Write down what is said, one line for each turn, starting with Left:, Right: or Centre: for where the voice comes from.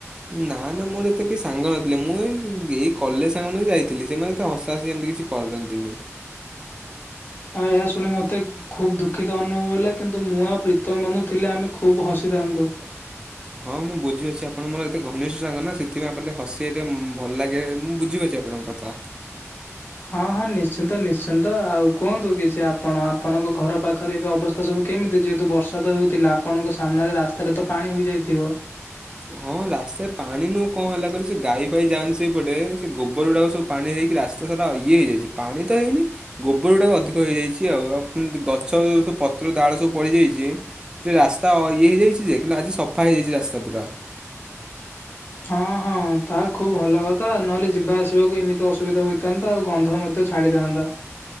Right: ନା ନା ମୋର ଏତେ କି ସାଙ୍ଗ ନଥିଲେ ମୁଁ ଏଇ ଏଇ କଲେଜ ସାଙ୍ଗ ମାନ ଯାଇଥିଲି ସେମାନେ ଏତେ ହସା ହସି ହେମତି କିଛି କରନ୍ତିନି।
Left: ଆ ଏହା ଶୁଣି ମତେ ଖୁବ ଦୁଃଖିତ ଅନୁଭବ ହେଲା। କିନ୍ତୁ ମୁଁ ଆଉ ପ୍ରୀତମ ବନ୍ଧୁ ଥିଲେ ଆମେ ଖୁବ ହସିଥାନ୍ତୁ।
Right: ହଁ ମୁଁ ବୁଝିପାରୁଚି ଆପଣ ମୋର ଏତେ ଘନିଷ୍ଠ ସାଙ୍ଗ ନା ସେଥିପାଇଁ ଆପଣ ଟିକେ ହସିଆ ଟିକ ଭଲ ଲାଗେ ମୁଁ ବୁଝିପାରୁଚି ଆପଣ ଙ୍କ କଥା।
Left: ହଁ ହଁ ନିଶ୍ଚିନ୍ତ ନିଶ୍ଚିନ୍ତ ଆଉ କୁହନ୍ତୁ କିଛି ଆପଣ ଆପଣଙ୍କ ଘର ପାଖରେ ଏବେ ଅବସ୍ ତା ସବୁ କେମିତି ଯେହେତୁ ବର୍ଷା ତ ହେଉଥିଲା ଆପଣଙ୍କ ସାମ୍ନାରେ ରାସ୍ତାରେ ତ ପାଣି ହୋଇଯାଇଥିବ?
Right: ହଁ ରାସ୍ତା ରେ ପାଣି ନୁହଁ କଣ ହେଲା କହିଲ ସେ ଗାଈ ଫାଇ ଯାନ୍ତି ସେଇପଟେ ସେ ଗୋବର ଗୁଡାକ ସବୁ ପାଣି ହେଇକି ରାସ୍ ତା ସାରା ଇଏ ହେଇଯାଇଚି ପାଣି ତ ହେଇନି ଗୋବର ଗୁଡାକ ଅଧିକ ହେଇଯାଇଛଚି ଆଉ। ଆଉ ପୁଣି ଗଛ ସବୁ ପତ୍ର ଦାଳ ସବୁ ପଡିଯାଇଚି ସେ ରାସ୍ତା ଇଏ ହେଇଯାଇଛି ଯେ କିନ୍ତୁ ଆଜି ସଫା ହେଇଯାଇଚି ରାସ୍ତା ପୁରା।
Left: ହଁ ହଁ ତାହା ଖୁବ ଭଲ କଥା ନହେଲେ ଯିବା ଆସିବାକୁ ଏମିତି ଅସୁବିଧା ହୋଇ ଥାନ୍ତା ଆଉ ଗନ୍ଧ ମଧ୍ୟ ଛାଡିଥାନ୍ତା।